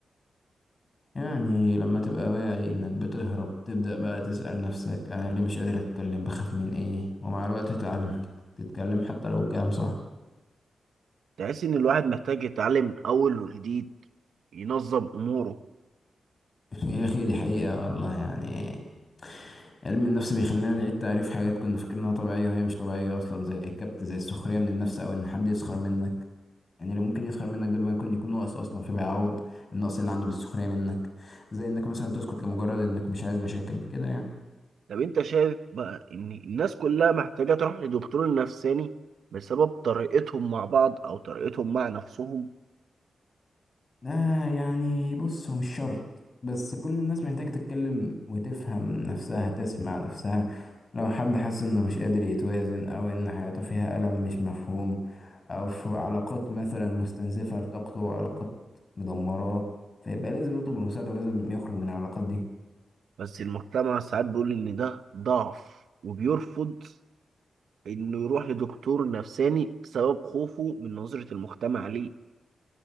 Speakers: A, on the left (about 30°); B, on the right (about 80°).
A: يعني لما تبقى واعي إنك بتهرب تبدأ بقى تسأل نفسك أنا ليه مش قادر أتكلم بخاف من إيه ومع الوقت تتعلم تتكلم حتى لو الكلام صح
B: تحس ان الواحد محتاج يتعلم من اول وجديد ينظم اموره
A: <laughs> يا أخي دي حقيقة والله يعني علم النفس بيخلينا نعيد تعريف حاجات كنا فاكرينها طبيعية وهي مش طبيعية أصلا زي الكبت زي السخرية من النفس أو إن حد يسخر منك يعني اللي ممكن يسخر منك ده ممكن يكون ناقص اصلا فبيعوض النقص اللي عنده بالسخريه منك زي انك مثلا تسكت لمجرد انك مش عايز مشاكل كده يعني
B: طب انت شايف بقى ان الناس كلها محتاجه تروح لدكتور نفساني بسبب طريقتهم مع بعض او طريقتهم مع نفسهم
A: ده يعني بص هو مش شرط بس كل الناس محتاجه تتكلم وتفهم نفسها تسمع نفسها لو حد حس انه مش قادر يتوازن او ان حياته فيها الم مش مفهوم او في علاقات مثلا مستنزفه لطاقته وعلاقات مدمراه فيبقى لازم يطلب المساعده ولازم يخرج من العلاقات دي
B: بس المجتمع ساعات بيقول إن ده ضعف وبيرفض إنه يروح لدكتور نفساني بسبب خوفه من نظرة المجتمع ليه